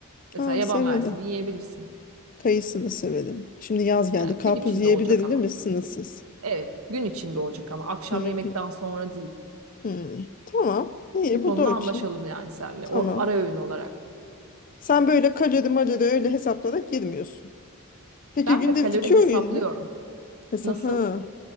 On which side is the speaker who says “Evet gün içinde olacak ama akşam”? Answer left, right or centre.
Right